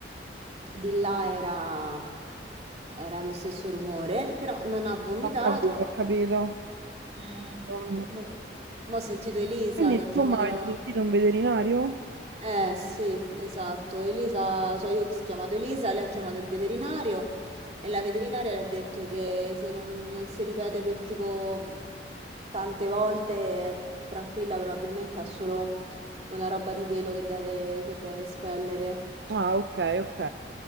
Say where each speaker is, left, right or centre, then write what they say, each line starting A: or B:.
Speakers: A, on the right (about 35°); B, on the right (about 70°).
A: di là era, era lo stesso rumore, però non ha vomitato.
B: Ho capito, ho capito.
A: Eh,
B: Madonna.
A: boh, mo, mo ho sentito Elisa
B: Quindi,
A: che ha chiamato
B: insomma, avete
A: la...
B: sentito un veterinario?
A: Eh sì, esatto, Elisa, cioè io ho chiamato Elisa, lei ha chiamato il veterinario e la veterinaria le ha detto che se non, non si ripete per tipo tante volte è tranquilla, probabilmente ha solo una roba di pelo che deve, che deve espellere.
B: Ah, ok, ok.